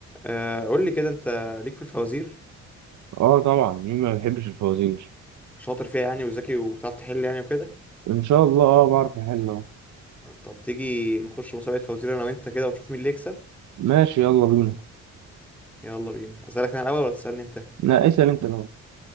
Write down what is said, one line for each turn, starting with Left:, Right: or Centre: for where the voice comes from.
Centre: آه، قول لي كده انت ليك في الفوازير
Right: اه طبعا مين ما بيحبش الفوازير
Centre: شاطر فيها يعني وذكي وبتعرف تحل يعني وكده
Right: ان شاء الله اه بعرف احل اهو
Centre: طب تيجي نخش مسابقة فوازير انا وانت كده ونشوف مين اللي يكسب
Right: ماشي يلا بينا
Centre: يلا بينا اسالك انا الاول ولا تسالني انت
Right: لا اسأل انت بقى